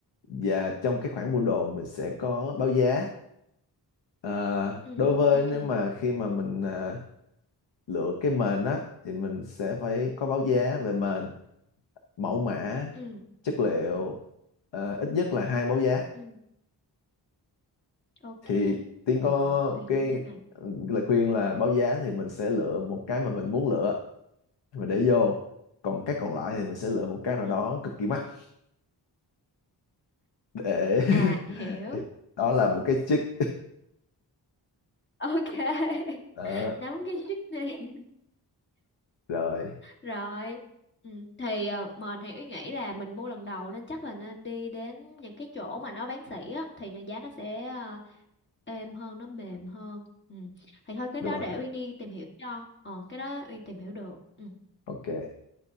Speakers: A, on the left; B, on the left.
A: và trong cái khoản mua đồ mình sẽ có báo giá À,
B: Ừ.
A: đối với
B: Ok.
A: nếu mà khi mà mình à, lựa cái mền á thì mình sẽ phải có báo giá
B: Ừ.
A: về mền, mẫu mã,
B: Ừ.
A: chất liệu à, ít nhất là hai báo giá.
B: Ừ. Ok.
A: Thì Tiến
B: Rồi,
A: có
B: Uyên
A: cái
B: nắm chỗ này.
A: ừ, lời khuyên là báo giá thì mình sẽ lựa một cái mà mình muốn lựa mà để vô còn cái còn lại thì mình sẽ lựa một cái
B: Ừ.
A: nào
B: ừ.
A: đó cực kỳ mắc để <laughs>
B: À, hiểu.
A: đó là một cái chick
B: Ok. <laughs>
A: <laughs> đó
B: Nắm cái trick này.
A: rồi
B: Rồi. Ừ. Thì à, mền thì Uyên nghĩ là mình mua lần đầu nên chắc là nên đi đến những cái chỗ mà nó bán sỉ á thì nó giá nó sẽ ờ, êm hơn nó mềm hơn ừ. thì thôi cái
A: đúng
B: đó
A: rồi
B: để Uyên đi tìm hiểu cho ờ cái đó Uyên tìm hiểu được ừ.
A: ok